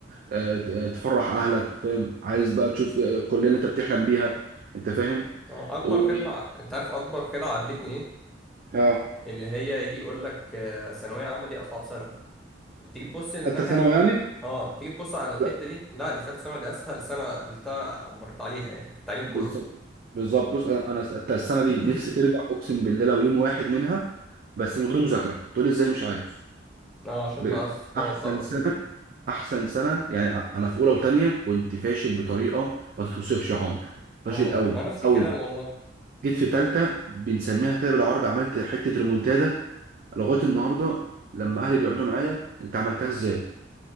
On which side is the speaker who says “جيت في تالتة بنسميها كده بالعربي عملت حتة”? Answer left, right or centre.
Right